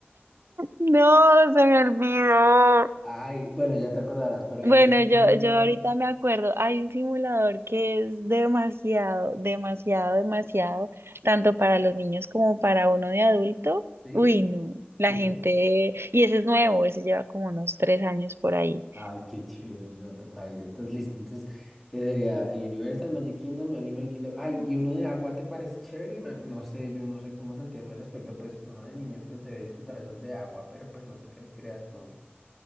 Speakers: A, on the right; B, in the centre.
A: No, se me olvidó.
B: Ay, bueno, ya te acordarás, pero hay
A: Bueno,
B: un nuevo
A: yo,
B: segundo
A: yo
B: lugar,
A: ahorita me acuerdo, hay un simulador que es demasiado, demasiado, demasiado, tanto para los niños como para uno de adulto.
B: ¿sí?
A: Uy, no, la
B: Qué
A: gente,
B: chévere.
A: y ese es nuevo, ese lleva como unos tres años por ahí.
B: Ay, qué chévere, no toca ir. Entonces, listo. Entonces, eh, sería Universal, Magic Kingdom, Animal Kingdom. Ay, y uno de agua, ¿te parece chévere? Ma- No sé, yo no sé cómo sentirme al respecto. Pues uno de niño, pues debe disfrutar esos de agua, pero pues no sé qué creas tú.